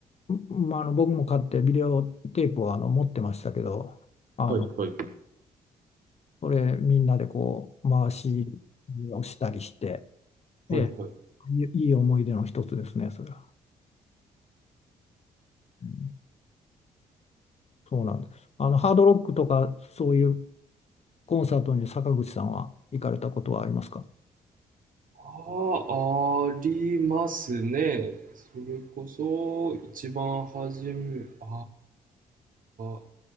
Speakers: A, on the left; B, on the right.
A: まあ、あの僕も買ってビデオテープをあの持ってましたけどあの
B: はい、はい、
A: それみんなでこう回しをしたりして、ええ
B: はい、はい。
A: いいい思い出の一つですねそれは、うんそうなんですあのハードロックとかそういうコンサートに坂口さんは行かれたことはありますか
B: あ、あありますね。それこそ、一番初め、ああ、